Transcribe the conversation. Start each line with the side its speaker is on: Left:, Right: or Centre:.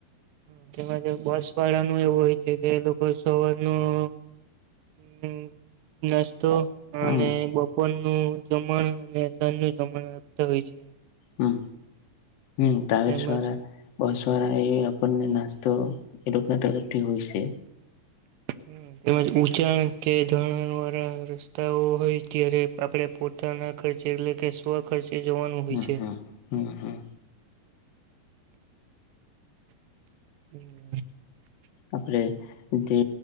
Right: હ તેમજ બસ વાળાનું એવું હોય છે, કે લોકો સવારનું હું નાસ્તો
Left: હા
Right: અને બ પોન નું જમણ અને સાજ નું જમણ આપતા હોય છે.
Left: હું હું ટ્રાવેલ્સ
Right: તેમજ
Left: વાળા બસ વારાએ આપણને નાશતો એલોકના તરફથી હોય છે
Right: હું તેમજ ઉચાણ કે ધરણાણ વાળા રસ્તાઓ હોય ત્યારે, આપડે પોતાના ખર્ચે એટલે કે સ્વખર્ચ, એ જવાનું, હોય
Left: હમ્મ
Right: છે.
Left: હમ્મ હમ્મ હમ્મ.
Right: <unintelligible>
Left: આપડે જે